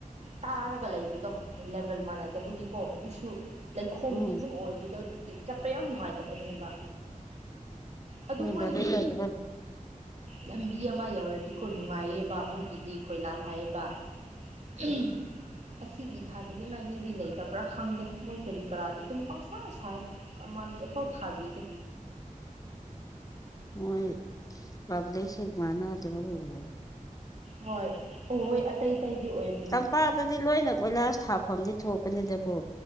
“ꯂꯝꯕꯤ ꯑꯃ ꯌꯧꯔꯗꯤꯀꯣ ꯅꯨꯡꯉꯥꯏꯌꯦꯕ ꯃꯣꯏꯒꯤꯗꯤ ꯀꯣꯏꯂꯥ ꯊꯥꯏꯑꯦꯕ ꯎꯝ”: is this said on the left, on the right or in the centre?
Right